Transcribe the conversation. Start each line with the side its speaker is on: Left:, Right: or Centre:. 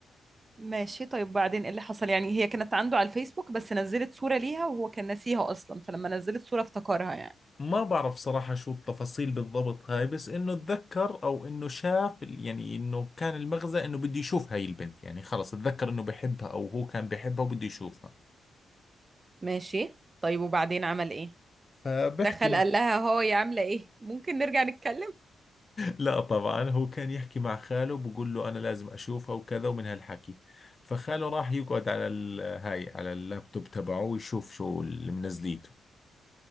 Right: ماشي طيب بعدين ايه اللي حصل يعني هي كانت عنده على الفيسبوك بس نزلت صورة ليها وهو كان ناسيها اصلا فلما نزلت صورة افتكرها يعني
Left: ما بعرف صراحة شو التفاصيل بالضبط هاي بس انه اتذكر او انه شاف ال- يعني انه كان المغزى انه بده يشوف هاي البنت يعني خلص اتذكر انه بحبها او هو كان بحبها وبده يشوفها
Right: ماشي طيب وبعدين عمل ايه
Left: فبحكي
Right: دخل قال لها هو يا عامله ايه ممكن نرجع نتكلم
Left: لا طبعا هو كان يحكي مع خاله بقول له انا لازم اشوفها وكذا ومن هالحكي فخاله راح يقعد على ال- هاي على اللابتوب تبعه ويشوف شو اللي منزليته